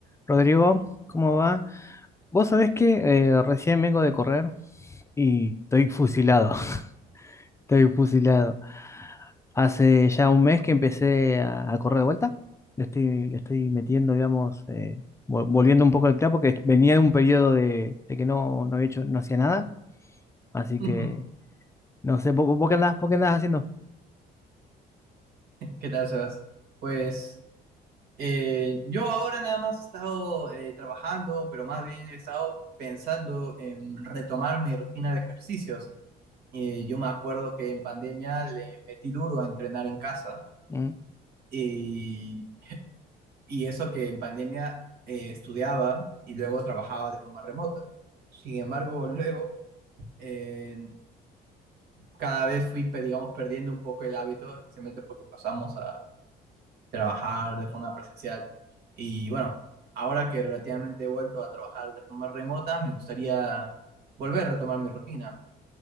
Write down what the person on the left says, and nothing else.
Rodrigo, ¿cómo va? Vos sabés que eh, recién vengo de correr y estoy fusilado, <laughs> estoy fusilado. Hace ya un mes que empecé a, a correr de vuelta, le estoy, le estoy metiendo, digamos, eh, vol- volviendo un poco al clavo porque venía de un periodo de, de que no, no había hecho, no hacía nada, así
que no sé, ¿vo- vo- ¿vos, qué andás, vos qué andás haciendo?
Mm.